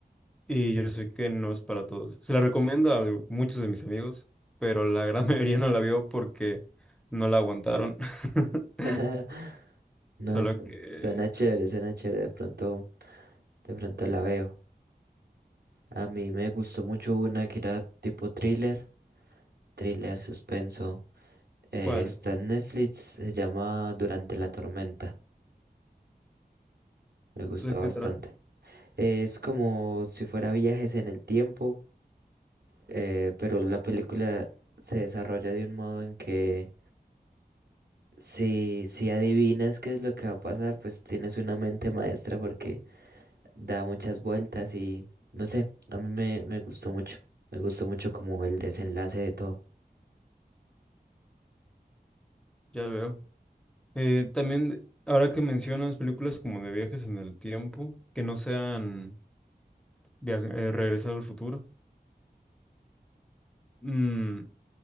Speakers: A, in the centre; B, on the right.
A: Y yo sé que no es para todos. Se la recomiendo a muchos de mis amigos, pero la gran <laughs> mayoría no la vio porque no la aguantaron. <laughs>
B: <laughs> No,
A: Solo
B: es-
A: que...
B: suena chévere, suena chévere, de pronto, de pronto la veo. A mí me gustó mucho una que era tipo thriller, thriller, suspenso. Eh,
A: ¿Cuál?
B: está en Netflix, se llama Durante la tormenta. Me gusta
A: ¿De qué
B: bastante.
A: trata?
B: Es como si fuera viajes en el tiempo, eh, pero la película se desarrolla de un modo en que si, si adivinas qué es lo que va a pasar, pues tienes una mente maestra porque da muchas vueltas y no sé, a mí me, me gustó mucho. Me gustó mucho como el desenlace de todo.
A: Ya veo. Eh, también, ahora que mencionas películas como de viajes en el tiempo, que no sean via- eh, Regresar al futuro, mm,